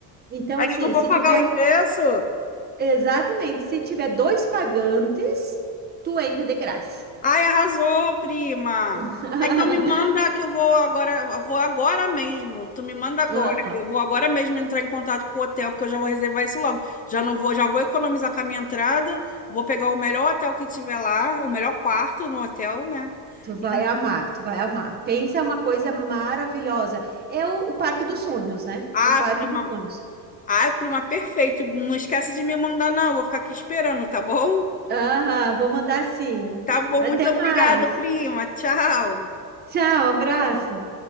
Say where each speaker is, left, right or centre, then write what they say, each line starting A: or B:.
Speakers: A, on the right; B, on the left.
A: Então,
B: Aí
A: assim,
B: eu não vou
A: se
B: pagar
A: tiver,
B: o ingresso.
A: exatamente, se tiver dois pagantes, tu entra de graça.
B: Ai, arrasou, prima.
A: <laughs>
B: Ah, Então me manda que eu vou agora, eu vou agora mesmo. Tu me manda agora,
A: Aham.
B: que eu vou agora mesmo entrar em contato com o hotel, porque eu já vou reservar isso logo. Já não vou, já vou economizar com a minha entrada, vou pegar o melhor hotel que tiver lá, o melhor quarto no hotel, né?
A: Tu vai
B: E,
A: amar, tu vai amar. Pensa, é uma coisa maravilhosa. É o, o Parque dos Sonhos, né?
B: ah,
A: O Parque
B: prima,
A: dos Sonhos.
B: ah, prima, perfeito. Não esquece de me mandar, não. Vou ficar aqui esperando, tá bom?
A: Aham, vou mandar sim.
B: Tá bom,
A: Até
B: muito obrigada,
A: mais.
B: prima. Tchau.
A: Tchau, abraço.